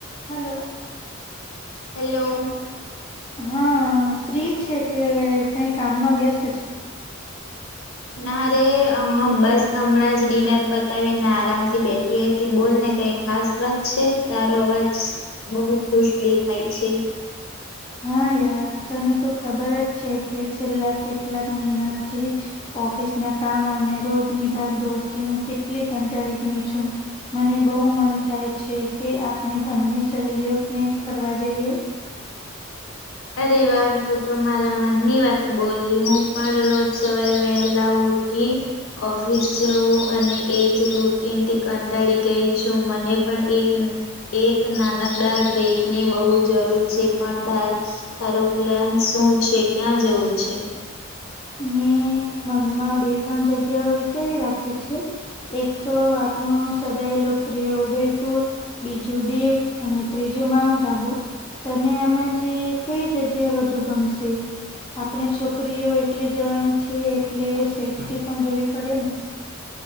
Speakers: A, on the left; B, on the left.
A: Hello.
B: Hello.
A: હા free છે કે કઈ કામમાં વ્યસ્ત છે.
B: ના રે બસ હમણાં જ ડિનર પતાવીને આરામ થી બેઠી હતી બોલ ને કઈ ખાસ વાત છે તારો અવાજ બહુ ખુશ દેખાય છે
A: હા યાર તને તો ખબર જ છે કે છેલ્લા કેટલાક મહિનાથી ઓફિસ ના કામ રોજની ભાગ દોડથી હું કેટલી કંટાળી ગય છું મને બહ મન થાય છે કે આપણે બન્ની સહેલીઓ ક્યાંય ફરવા જઈએ
B: અરે વાહ તું તો મારા મનની વાત બોલી હું પણ રોજ સવારે વહેલા હ રોી ઓફિસ જવું અને એજ રૂટીનથી કંટાળી ગઈ છું મને પણ એક એક નાનકડા બ્રેકની બહુ જરૂર છે પણ તારો પ્લેન શું છે ક્યાં જવું છે
A: મે મમાં બે ત્રણ જગ્યા વિચારી રાખી છે એક તો આપણ લોકપ્રિય ઉદયપુર બીજું દીવ અને ત્રીજું માઉન્ટ આબુ તને માંથી કઈ જગ્યા વધુ ગમશે આપણે છોકરી છોકરીઓ એકલી જવાની છે એટલે સેફ્ટી પણ જોવી પડે ને